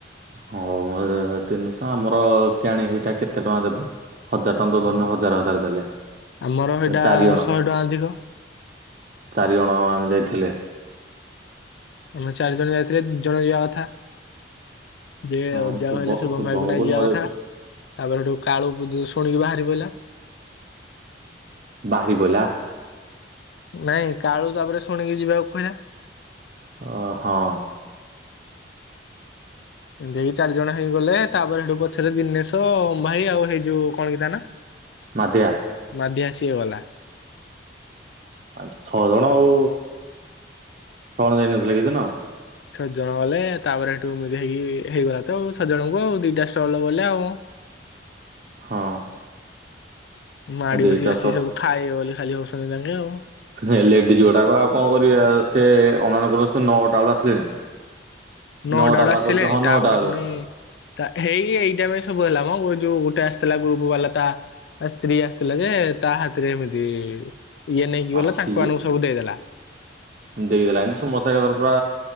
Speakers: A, on the right (about 40°); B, on the left (about 65°).
A: ହୋଉ ମୁଁ ଦେଇ ଥିଲି ତିନିଶ। ମୋର କିଆଣି ହେଇଟା କେତେ ଟଙ୍କା ଦେବେ? ହଜାର୍ ଟଙ୍କା
B: ଆମ
A: ତ ଧରିନିଅ ହଜାର ହଜାରେ ଦେଲେ।
B: ଆମର ସେଇଟା
A: ଚାରି ଜଣ
B: ଶହେ ଟଙ୍କା ଅଧିକ।
A: ଚାରିଜଣ ଆମେ ଯାଇଥିଲେ।
B: ଆମେ ଚାରି ଜଣ ଯାଇଥିଲେ, ଦି ଜଣ ଯିବା କଥା। ଯିଏ
A: ହଁ
B: ଅଜା
A: ଶୁଭ
B: କହିଲେ ଶଭମ୍
A: ଶୁଭମକୁ
B: ଭାଇ କୁ ନେଇ ଯିବା
A: ନ
B: କଥା,
A: ଯାଇଥିଲେ
B: ତାପରେ ହେଠୁ କାଳୁ <unintelligible> ଶୁଣିକି ଭାଆରି ପଇଲା।
A: ବାହାରି ପଇଲା।
B: ନାଇଁ କାଳୁ ତାପରେ ଶୁଣିକି ଯିବାକୁ କହିଲା।
A: ଅ ହଁ।
B: ଦି ଚାରିଜଣ ହେଇଗଲେ ତାପରେ ସେଠୁ ପଛରେ ଦିନେଶ ଅମ୍ଭାଇ ଆଉ ହେଇ ଯୋଉ କଣ କି ତା ନା?
A: ମାଧିଆ।
B: ମାଧି ଆ ସିଏ ଗଲା।
A: ଆ ଛ ଜଣ ଆଉ ଛଅ ଜଣ ଯାଇନଥିଲେ କି ହେ ଦିନ।
B: ଛଅ ଜଣ ଗଲେ ତାପରେ ହେଠୁ ଯାଇକି ହେଇକି ହେଇଗଲା ତ ଆଉ ଛ ଜଣଙ୍କୁ ଆଉ ଦିଟା ଷ୍ଟଲ ଗଲେ ଆଉ।
A: ହଁ।
B: ମାଡି
A: ଦିଟା
B: ବସିକି ଆସି ସବୁ ଖାଏ ବୋଲି ଖାଲି ହଉଛନ୍ତି ତାଙ୍କେ ଆଉ।
A: ଏ ଲେଡିଜି ଗୋଡ଼ାକ ଆଉ କଣ କରିବେ ସେ <unintelligible> ନଅଟା ବେଳୁ ଆସିଲେଣି।
B: ନଅଟାଟେ
A: ନଅଟା ପରା
B: ଆସିଲେଣି
A: କହୁଛି ହଁ
B: ତାପରେ
A: ନଅଟା ବେଳୁ
B: ପୁଣି <unintelligible> ଏଇଟା ପାଇଁ ସବୁ ହେଲା ମ ଯୋଉ ଗୋଟେ ଆସିଥିଲା ଗ୍ରୁପ ବାଲା ତା ଆ ସ୍ତ୍ରୀ ଆସିଥିଲା ଯେ ତା ହାତରେ ଏମିତି ଇଏ ନେଇକି
A: ହଁ
B: ଗଲା
A: ସିଏ
B: ତାଙ୍କ ମାନଙ୍କୁ ସବୁ ଦେଇଦେଲା।
A: ଦେଇଦେଲା ଏମିତି <unintelligible> ପୁରା